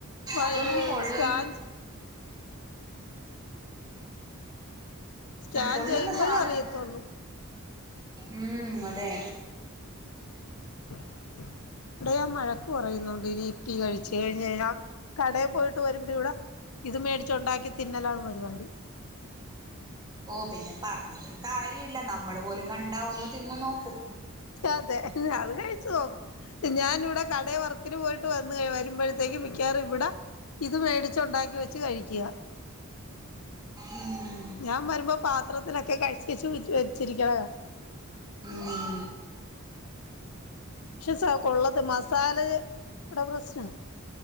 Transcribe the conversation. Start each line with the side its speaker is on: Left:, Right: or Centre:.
Left: വയറുവേദന
Right: അതൊന്നും കൊള്ളു
Left: സ്കാൻ സ്കാൻ
Right: പൊള്ളുന്ന
Left: ചെയ്യുമ്പോഴേ
Right: സാധനം
Left: അറിയത്തുള്ളൂ
Right: മ്മ് അതെ
Left: ആ ഇവിടെ ഞാൻ വഴക്ക് പറയുന്നുണ്ട് ഇനി യിപ്പി കഴിച്ച് കഴിഞ്ഞ് കഴിഞ്ഞാൻ കടയിൽ പോയിട്ട് വരുമ്പോ ഇവിടെ. ഇത് മേടിച്ചുണ്ടാക്കി തിന്നലാണ് പരിപാടി.
Right: ഓ പിന്നെ പറഞ്ഞിട്ടും കാര്യമില്ല നമ്മള് പോലും കണ്ടാ ഒന്ന്. തിന്ന് നോക്കും.
Left: അതെ അത് കഴിച്ചു നോക്കും. ഞാനിവിടെ കടയിൽ വർക്കിന് പോയിട്ട് വന്ന് വരുമ്പോഴത്തേക്ക് മിക്കാവാറും ഇവിടെ. ഇത് മേടിച്ച് ഉണ്ടാക്കി വെച്ച് കഴിക്കുക.
Right: മ്മ്
Left: ഞാൻ വരുമ്പോ പാത്രത്തിനൊക്കെ കഴിച്ചേച്ച് വെച്ച് വെച്ചിരിക്കണ
Right: മ്മ്
Left: പക്ഷേ കൊള്ളത് മസാല എടെ പ്രശ്ന